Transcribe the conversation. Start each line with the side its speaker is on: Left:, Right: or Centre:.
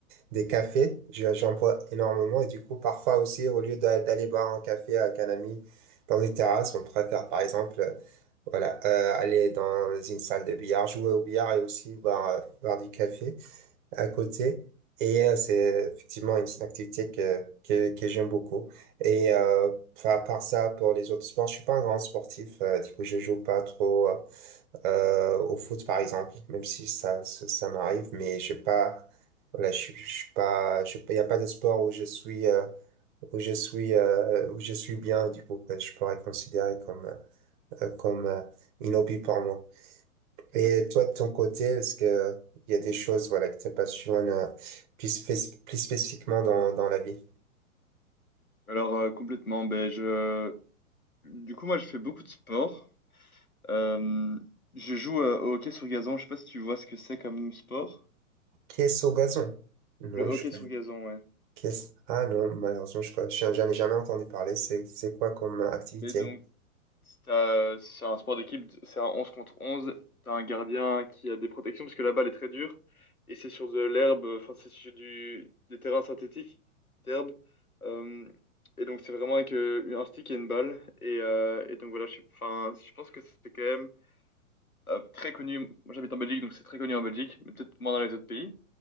Right: des cafés. Je- J'en bois énormément. Et du coup, parfois aussi, au lieu d'a- d'aller boire un café avec un ami dans une terrasse, on préfère, par exemple, euh, voilà, euh, aller dans une salle de billard, jouer au billard et aussi boire, euh, boire du café à côté. Et euh, c'est effectivement une activité que, que, que j'aime beaucoup. Et euh, à part ça, pour les autres sports, je suis pas un grand sportif. euh, du coup, je joue pas trop euh, euh, au foot, par exemple, même si ça, ça, ça m'arrive. Mais j'ai pas, voilà, je, suis- je suis pas, je- il n'y a pas de sport où je suis, euh, où je suis, euh, où je suis bien. Du coup, que je pourrais considérer comme, euh, comme euh, un hobby pour moi. Et
Left: Mhm.
Right: toi, de ton côté, est-ce que il y a des choses, voilà, que te passionnent euh, plus, spéc- plus spécifiquement dans, dans la vie?
Left: Alors, euh, complètement, ben, je... du coup, moi, je fais beaucoup de sport. Euh, je joue euh, au hockey sur gazon. Je sais pas si tu vois ce que c'est comme sport.
Right: Qu'est-ce au gazon? Non,
Left: Le hockey
Right: je connais.
Left: sur gazon, ouais.
Right: Qu'est-ce... Ah non, malheureusement, je connais. J'en j'en ai jamais entendu parler. C'est, c'est quoi comme euh, activité?
Left: Mais donc, si t'as- c'est un sport d'équipe, c'est un 11 contre 11. T'as un gardien qui a des protections parce que la balle est très dure. Et c'est sur de l'herbe, enfin, c'est sur du, des terrains synthétiques d'herbe. Euh, et donc, c'est vraiment avec euh, un stick et une balle. Et, euh, et donc, voilà, je, suis- enfin, je pense que c'est quand même euh, très connu. Moi, j'habite en Belgique, donc c'est très connu en Belgique, mais peut-être moins dans les autres pays.